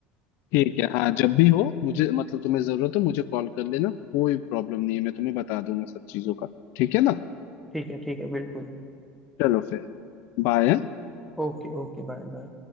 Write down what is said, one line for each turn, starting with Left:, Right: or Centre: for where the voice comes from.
Left: ठीक है हाँ जब भी हो मुझे मतलब तुम्हें जरूरत हो मुझे कॉल कर लेना कोई प्रॉब्लम नहीं है मैं तुम्हें बता दूंगा सब चीजों का ठीक है ना
Centre: ठीक है ठीक है बिल्कुल
Left: चलो फिर बाय हाँ?
Centre: Okay okay bye bye